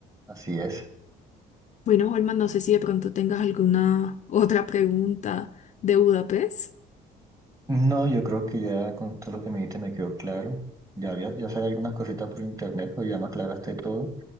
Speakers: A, on the right; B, on the left.
A: así es.
B: Bueno, Holman, no sé si de pronto tengas alguna otra pregunta de Budapest.
A: No, yo creo que ya con todo lo que me dijiste me quedó claro. Ya había, ya sabía algunas cositas por internet, pero ya me aclaraste todo.